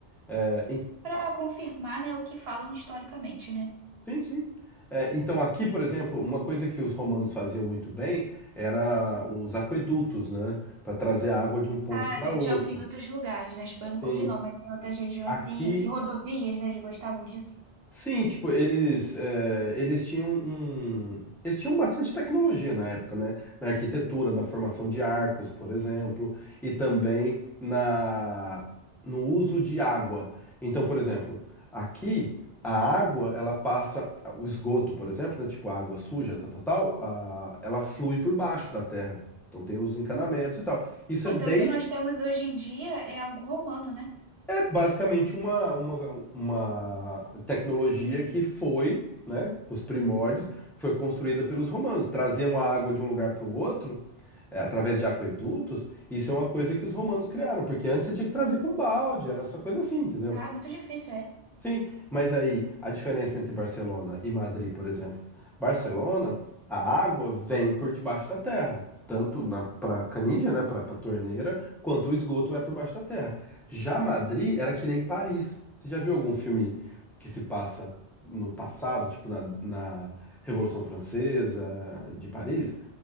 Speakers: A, in the centre; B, on the right.
A: É,
B: para confirmar, né, o que falam historicamente, né?
A: Sim, sim. É, então, aqui, por exemplo, uma coisa que os romanos faziam muito bem era os aquedutos, né? Para trazer água de um ponto
B: Ah,
A: para
B: eu
A: outro.
B: já ouvi em outros lugares, na Espanha eu nunca
A: Sim.
B: ouvi não, mas em outras regiões
A: Aqui
B: sim, e rodovias, né, eles gostavam disso.
A: Sim, tipo, eles, eh, eles tinham um. Eles tinham bastante tecnologia na época, né? Na arquitetura, na formação de arcos, por exemplo, e também na, no uso de água. Então, por exemplo, aqui a água, ela passa. O esgoto, por exemplo, né? Tipo, a água suja, tal, tal, tal, a- ela flui por baixo da terra. Então tem os encanamentos e tal. Isso
B: Ah,
A: é desde
B: então o que nós temos hoje em dia é algo romano, né?
A: é basicamente uma, uma, uma tecnologia que foi, né, nos primórdios, foi construída pelos romanos. Traziam a água de um lugar para o outro, é, através de aquedutos. Isso é uma coisa que os romanos criaram, porque antes você tinha que trazer com balde, era essa coisa assim, entendeu?
B: Ah, muito difícil, é.
A: Sim, mas aí a diferença entre Barcelona e Madrid, por exemplo. Barcelona, a água vem por debaixo da terra, tanto na para canija, né, para torneira, quanto o esgoto é por baixo da terra. Já Madrid era que nem Paris. Você já viu algum filme que se passa no passado, tipo na, na Revolução Francesa de Paris?